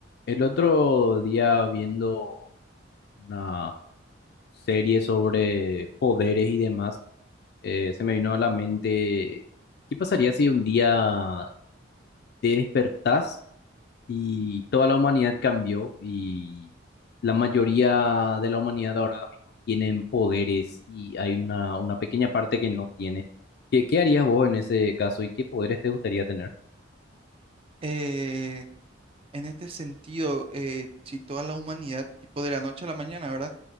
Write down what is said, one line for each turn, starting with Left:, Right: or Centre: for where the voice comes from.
Left: El otro día viendo una serie sobre poderes y demás, eh, se me vino a la mente, ¿qué pasaría si un día te despertás y toda la humanidad cambió y la mayoría de la humanidad ahora mismo tienen poderes y hay una, una pequeña parte que no tiene? ¿Qué, qué harías vos en ese caso y qué poderes te gustaría tener?
Right: eh, en este sentido, eh, si toda la humanidad, tipo de la noche a la mañana, ¿verdad?